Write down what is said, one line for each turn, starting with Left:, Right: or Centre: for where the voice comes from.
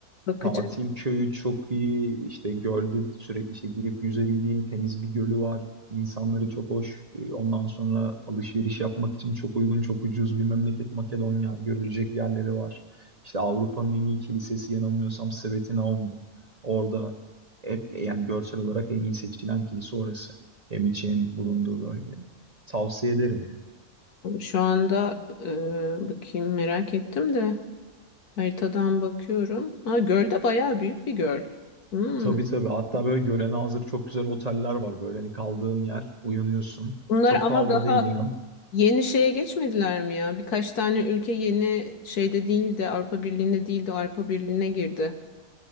Left: Bakacağım.
Right: Tatil köyü çok iyi. İşte gölde sürekli işte girip yüzebildiğin temiz bir gölü var. İnsanları çok hoş. E, Ondan sonra alışveriş yapmak için çok uygun, çok ucuz bir memleket Makedonya. Görülecek yerleri var. İşte Avrupa'nın en iyi kilisesi yanılmıyorsam Sveti Naum'du. Orada hep yani görsel olarak en iyi seçilen kilise orası. Hem içi hem bulunduğu bölge. Tavsiye ederim yani.
Left: Şu anda e, bakayım merak ettim de haritadan bakıyorum. Ha, göl de bayağı büyük bir göl. Hmm.
Right: Tabii tabii. Hatta böyle görene hazır çok güzel oteller var. Böyle hani kaldığın yer, uyanıyorsun.
Left: Bunlar
Right: Çok
Left: ama
Right: pahalı
Left: daha
Right: değil inan.
Left: yeni şeye geçmediler mi ya? Birkaç tane ülke yeni şeyde değildi, Avrupa Birliği'nde değildi, Avrupa Birliği'ne girdi.